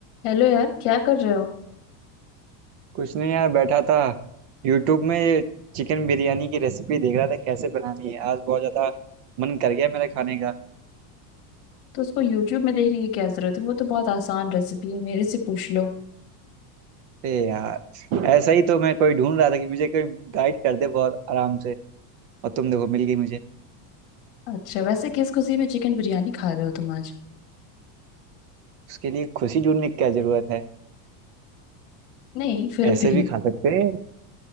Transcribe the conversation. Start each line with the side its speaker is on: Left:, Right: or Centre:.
Left: Hello यार क्या कर रहे हो
Right: कुछ नहीं यार बैठा था यूट्यूब में ये चिकन बिरयानी की रेसिपी देख रहा था कैसे बनानी है आज बहुत ज्यादा मन कर गया मेरा खाने का
Left: तो उसको यूट्यूब में देखने की क्या जरूरत है वो तो बहुत आसान रेसिपी है मेरे से पूछ लो
Right: ए यार ऐसा ही तो मैं कोई ढूंढ रहा था कि मुझे कोई गाइड कर दे बहुत आराम से और तुम देखो मिल गई मुझे
Left: अच्छा वैसे किस खुशी में चिकन बिरयानी खा रहे हो तुम आज
Right: उसके लिए खुशी ढूंढने की क्या जरूरत है
Left: नहीं फिर
Right: ऐसे
Left: भी
Right: भी खा सकते हैं